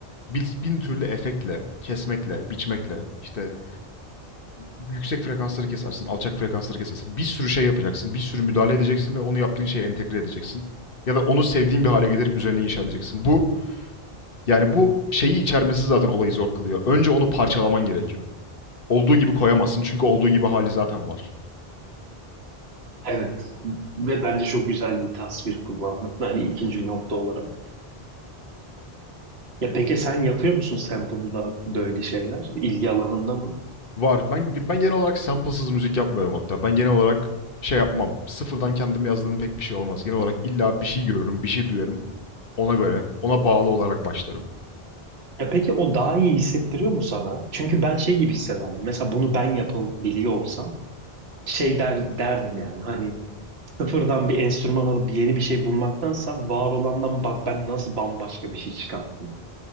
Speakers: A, on the left (about 60°); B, on the right (about 80°).
A: Bin, bin türlü efektle, kesmekle, biçmekle, işte yüksek frekansları kesersin, alçak frekansları kesersin. Bir sürü şey yapacaksın, bir sürü müdahale edeceksin ve onu yaptığın şeye entegre edeceksin. Ya da onu sevdiğin bir hale getirip üzerine inşa edeceksin. Bu yani bu şeyi içermesi zaten olayı zor kılıyor. Önce onu parçalaman gerekiyor. Olduğu gibi koyamazsın çünkü olduğu gibi hali zaten var.
B: Evet. Ve bence çok güzel bir tasvir kullandım. Hani ikinci nokta olarak. Ya peki sen yapıyor musun sample'la böyle şeyler? İlgi alanında mı?
A: Var. Ben ben genel olarak sample'sız müzik yapmıyorum hatta. Ben genel olarak şey yapmam. Sıfırdan kendim yazdığım pek bir şey olmaz. Genel olarak illa bir şey görürüm, bir şey duyarım. Ona göre, ona bağlı olarak başlarım.
B: Ya peki o daha iyi hissettiriyor mu sana? Çünkü ben şey gibi hissederdim. Mesela bunu ben yapabiliyor olsam şey der, derdim yani hani sıfırdan bir enstrüman alıp yeni bir şey bulmaktansa var olandan bak ben nasıl bambaşka bir şey çıkarttım.